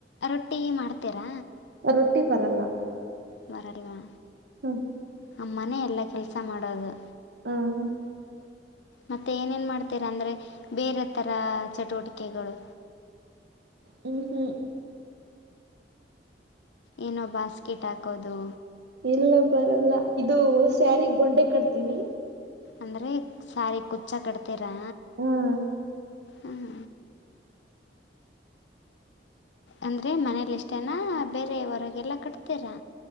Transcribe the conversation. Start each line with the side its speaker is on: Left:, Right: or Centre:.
Left: ರೊಟ್ಟಿ ಮಾಡ್ತೀರಾ?
Right: ರೊಟ್ಟಿ ಬರಲ್ಲಾ.
Left: ಬರಲ್ವಾ
Right: ಹ್ಮ
Left: ಅಮ್ಮನೇ ಎಲ್ಲ ಕೆಲಸ ಮಾಡೋದು.
Right: ಹ್ಮ್
Left: ಮತ್ತೆ ಏನೇನ್ ಮಾಡ್ತೀರಾ ಅಂದ್ರೆ ಬೇರೆ ತರ ಚಟುವಟಿಕೆಗಳು.
Right: ಹೂ ಹೂ
Left: ಇನ್ನ ಬಾಸ್ಕೆಟ್ ಹಾಕೋದು
Right: ಇಲ್ಲ ಬರಲ್ಲ ಇದು ಸ್ಯಾರಿ ಗೊಂಡೆ ಕಟ್ತೀನಿ
Left: ಅಂದ್ರೆ ಸಾರಿ ಕುಚ್ಚ ಕಟ್ತೀರಾ
Right: ಹ್ಮ್
Left: ಹ್ಮ ಅಂದ್ರರೆ ಮನೇಲಿ ಇಷ್ಟೇನಾ ಬೇರೆ ಹೊರಗೆಲ್ಲ ಕಟ್ತೀರಾ